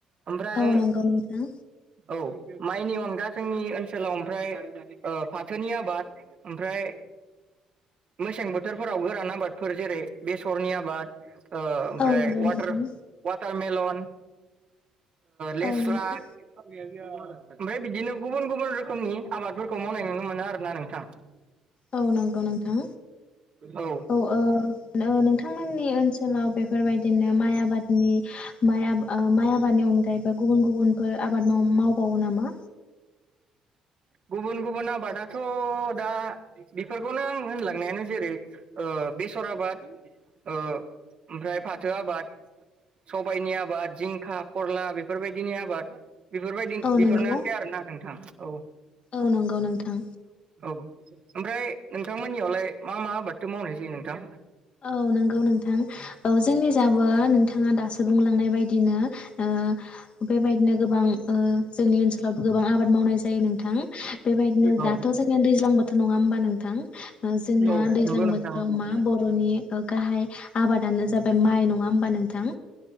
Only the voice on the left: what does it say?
औ नंगौ नोंथां
औ नंगौ नोंथां
औ नंगौ
औ नंगौ नोंथां
औ नोंथांमोननि। ओनसोलाव बेफोरबायदिनो माइ आबादनि । माइ आबादनि अनगायैबो गुबुन गुबुनफोर आबाद मावबावो नामा।
औ
नंगौ
औ नंगौ नोंथां
औ नंगौ नोंथां औ जोंनि थिंजायबो नोंथाङा दासो बुंलांनाय बायदिनो। <inaudible> बेबायदिनो गोबां जोंनि ओनसोलाव गोबां आबाद मावनाय जायो नोंथां बेबायदिनो
दाथ जों। जोंङो दैज्लां बोथोर नङा होमबा नोंथां जोंना
दैज्लां
बोथोराव
मा बर'। गाहाय आबादानो जाबाय माइ नङा होमबा नोंथां।